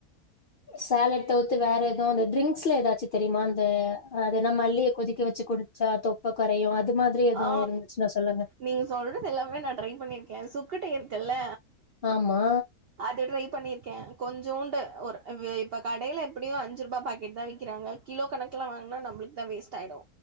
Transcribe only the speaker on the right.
ஆ.
நீங்க சொல்றது எல்லாமே நா ட்ரை பண்ணிருக்கே சுக்கு டீ இருக்குல்ல
அது ட்ரை பண்ணிர்க்கே கொஞ்சோண்டு ஒரு இது இப்ப கடைல எப்டியு அஞ்சு ரூபா பாக்கெட் தா விக்கிறாங்க கிலோ கணக்ல வாங்னா நம்ளுக்கு தா வேஸ்ட் ஆய்டூ